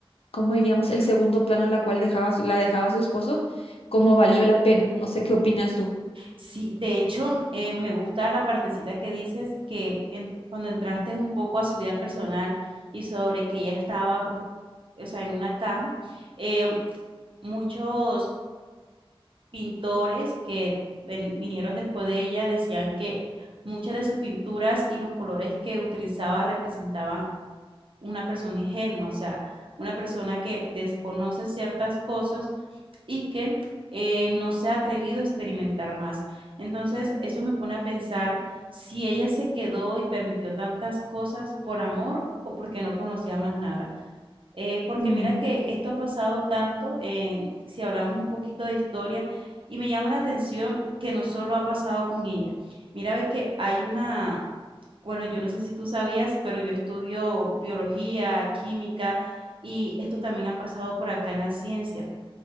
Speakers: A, on the left; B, on the right.
A: ¿cómo diríamos? El segundo plano en la cual dejaba, su- la dejaba su esposo, ¿cómo valió la pena? No sé qué opinas tú.
B: sí, de hecho, eh, me gusta la partecita que dices que en- cuando entraste un poco a su vida personal y sobre que ella estaba, pros- o sea, en una cama, eh, muchos pintores que ven- vinieron después de ella decían que muchas de sus pinturas y los colores que utilizaba representaban una persona ingenua, o sea, una persona que desconoce ciertas cosas y que eh, no se ha atrevido a experimentar más. Entonces, eso me pone a pensar si ella se quedó y permitió tantas cosas por amor o porque no conocía más nada eh, porque
A: Mm,
B: mira que esto ha pasado tanto, eh, si hablamos un poquito de historia, y me llama la atención que no solo ha pasado con ella. Mira, ve que hay una, bueno, yo no sé si tú sabías, pero yo estudio biología, química, y esto también ha pasado por acá en la ciencia.